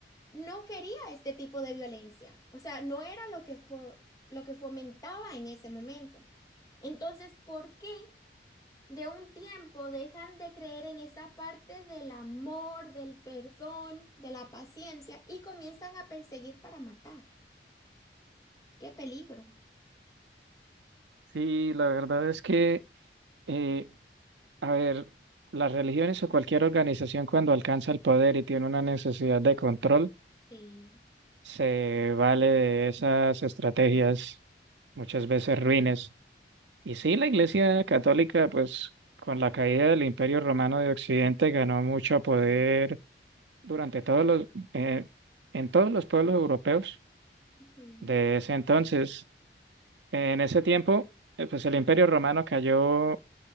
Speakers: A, on the left; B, on the right.
A: no quería este tipo de violencia. O sea, no era lo que fo- lo que fomentaba en ese momento. Entonces, ¿por qué de un tiempo dejan de creer en esa parte del amor, del perdón, de la paciencia y comienzan a perseguir para matar? ¡Qué peligro!
B: Sí, la verdad es que, eh, a ver, las religiones o cualquier organización cuando alcanza el poder y tiene una necesidad de control,
A: Sí,
B: se vale de esas estrategias muchas veces ruines. Y sí, la Iglesia Católica, pues con la caída del Imperio Romano de Occidente ganó mucho poder durante todos los, eh, en todos los pueblos europeos
A: Ujú.
B: de ese entonces. En ese tiempo, eh, pues el Imperio Romano cayó